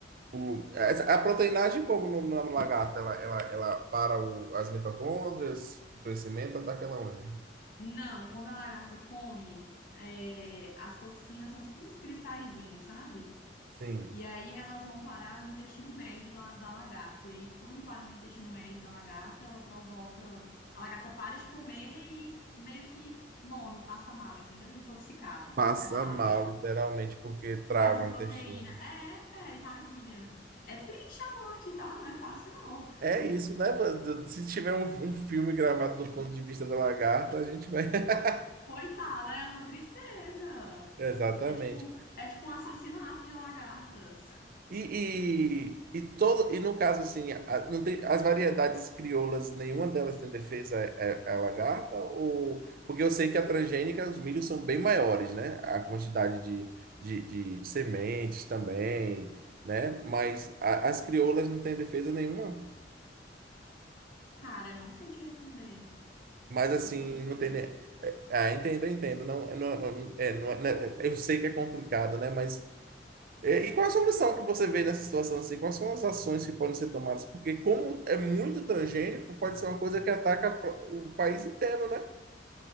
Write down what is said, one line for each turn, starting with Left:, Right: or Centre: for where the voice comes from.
Right: O- Essa- A proteinagem, como no, na lagarta, ela, ela, ela para o- as mitocôndrias, o crescimento, ataca ela onde?
Left: Não, quando a lagarta come, é, as toxinas são tipo uns cristalzinhos, sabe?
Right: Sim.
Left: E aí elas vão parar no intestino médio la- da lagarta. E aí, quando para no intestino médio da lagarta, ela provoca. A lagarta para de comer e meio que morre, passa mal, entendeu? Intoxicada
Right: Passa
Left: com a.
Right: mal, literalmente, porque
Left: Com
Right: trava
Left: essa proteína.
Right: o intestino.
Left: É, velho, tadinha. É triste a morte, tá? Não é fácil, não.
Right: É isso, né? mano? Se tiver um, um filme gravado do ponto de vista da lagarta, a gente vai. <laughs>
Left: Coitada, é uma tristeza.
Right: Exatamente.
Left: É tipo, é tipo um assassinato de lagartas.
Right: E, e, e, todo, e no caso, assim, a- não tem, as variedades crioulas, nenhuma delas tem defesa à, à- lagarta? Ou, porque eu sei que a transgênica, os milhos são bem maiores, né? A quantidade de, de, de- de sementes também, né? Mas a- as crioulas não têm defesa nenhuma.
Left: Cara, eu não sei te responder.
Right: Mas,
Left: Não
Right: assim,
Left: sei te responder.
Right: não tem... ne- Ah, entendo, entendo. Não, não, não- é, não, é- né? eu sei que é complicado, né? Mas É, E qual a solução que você vê nessa situação assim? Quais são as ações que podem ser tomadas? Porque como é muito transgênico, pode ser uma coisa que ataca pro- o país inteiro, né?